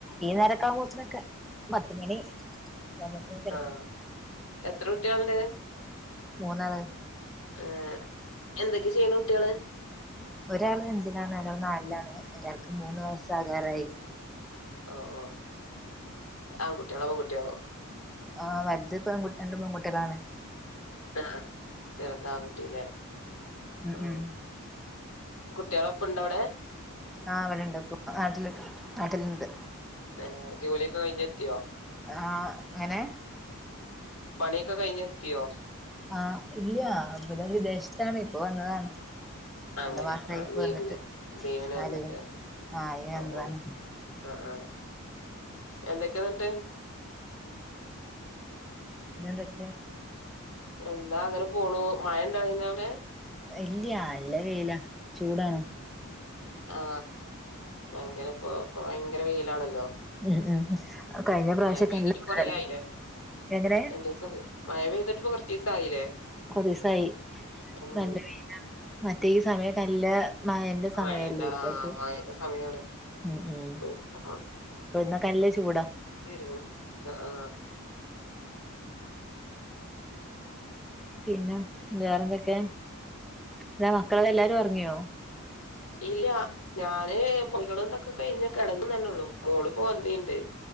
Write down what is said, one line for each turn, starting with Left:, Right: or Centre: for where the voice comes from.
Centre: ഈ നേര അവോസനൊക്കെ പത്ത് മണി ഒക്കെ ആവുമ്പോത്തിന് കിടക്കും
Left: ആ എത്ര കുട്ട്യേള്ണ്ട്
Centre: മൂന്നാള്
Left: ഹ് എന്തൊക്കെ ചെയ്യ്‌ണ് കുട്ടേള്?
Centre: ഒരാൾ അഞ്ചിലാണ് ഒരാൾ നാലിലാണ് ഒരാൾക്ക് മൂന്ന് വയസ്സാകാറായി
Left: ഓ ഓ ആൺകുട്ട്യാളോ പെൺകുട്ട്യാളോ
Centre: ആ വല്ത് പ്പൊ രണ്ട് പെൺകുട്ടേളാണ്
Left: ആ ചെറുതാങ്കുട്ടിലേ
Centre: ഉം
Left: ആ
Centre: ഉം
Left: കുട്ടിയാളെ ഇപ്പ ണ്ടോ വിടെ
Centre: ആ ഇവടെണ്ട് പ്പൊ നാട്ടില് നാട്ടില്ണ്ട്
Left: തന്നെ ജോലിയൊക്കെ കയിഞ്ഞെത്തിയോ?
Centre: ആ അങ്ങനെ
Left: പണിയൊക്കെ കഴിഞ്ഞെത്തിയോ
Centre: ആഹ ഇല്ല ഇവിടെ വിദേശത്താണ് ഇപ്പൊ വന്നതാണ്
Left: അങ്ങനെ
Centre: രണ്ടു മാസായി
Left: ആ
Centre: ഇപ്പ
Left: ലീവിന്
Centre: വന്നിട്ട്
Left: ലീവിന് വന്നിട്ട്
Centre: ആലുവിൽ ആഹ് ഇനി
Left: ഒ
Centre: വന്നതാണ്
Left: ഓ അ ആഎന്തൊക്കെന്നിട്ട്?
Centre: പിന്നെന്തൊക്കെ?
Left: എന്താ അങ്ങനെ പോണു മഴ ഇണ്ടായിന്നോ അവിടെ
Centre: നെല്ല്യ നല്ല വെയില ചൂടാണോ?
Left: ആ ഭയങ്കരെപ്പൊ പ്പൊ ഭയങ്കര വെയിലാണല്ലോ.
Centre: ഉം ഉം കഴിഞ്ഞ പ്രാവശ്യക്കെല്ലാം
Left: മഴ പെയ്തിട്ട് കൊറേ
Centre: <unintelligible>
Left: ആയില്ലേ
Centre: എങ്ങനെ
Left: രണ്ടീസം മഴ പെയ്തിട്ട് ഇപ്പൊ കൊറച്ചീസായില്ലേ
Centre: കൊർച്ചീസായി
Left: ഉം
Centre: നല്ല മറ്റേ ഈ സമയത്തെല്ലാം മ എന്റെ സമയല്ലേ
Left: മഴന്റെ
Centre: ഇപ്പ
Left: ആ
Centre: ഇപ്പൊ
Left: മഴന്റെ സമയാണ്
Centre: ഉം ഉം
Left: സൂപ്പറാ.
Centre: ഇപ്പൊ ഇന്നക്കെഅല്ല <unintelligible> ചൂടാ
Left: വരും. ആ ആ
Centre: പിന്നെ വേറെന്തൊക്കെ പിന്നെ മക്കള് എല്ലാരും ഒറങ്ങിയോ
Left: ഇല്ല ഞാനെ പൊയോളുന്തൊക്കെ കഴിഞ്ഞ് കിടന്നന്നെള്ളൂ മോളിപ്പോ വന്നീണ്ട്